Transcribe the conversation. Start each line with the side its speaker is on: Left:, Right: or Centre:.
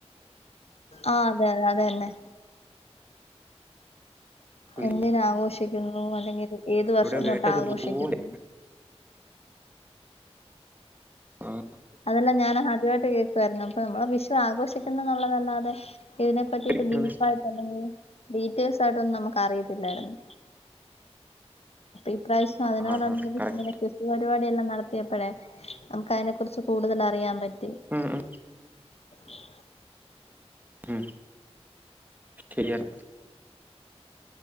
Left: ആ അതെ അതെന്നെ
Right: കുയില്
Left: എന്തിനാഘോഷിക്കുന്നു അല്ലെങ്കിൽ ഏത് വർഷം
Right: ഇവിടെ കേട്ടതുപോലെ
Left: തൊട്ടാഘോഷിക്കുന്നു
Right: ആ
Left: അതെല്ലാം ഞാൻ ആദ്യവായിട്ട് കേൾക്കുവായിരുന്നു അപ്പൊ നമ്മളെ വിഷു ആഘോഷിക്കുന്നന്നുള്ളതല്ലാ ഇതിനെ പറ്റിട്ട്
Right: ക്കുന്നത്
Left: ഡീപ്പായിട്ടല്ലെങ്കിൽ ഡീറ്റെൽസ് ആയിട്ടൊന്നും നമുക്ക് അറിയത്തില്ലായിരുന്നു ഇപ്രാവശ്യം അതിനോടാനുബന്ധിച്ച
Right: ആ ആ കറക്റ്റ്
Left: തന്നെ നടത്തിയപ്പോഴെ നമുക്ക് അതിനെ കുറിച്ച് കൂടുതലറിയാൻ പറ്റി
Right: ഉം ഉം
Left: ശ്.... ശ്...
Right: ഉം ശരിയാണ്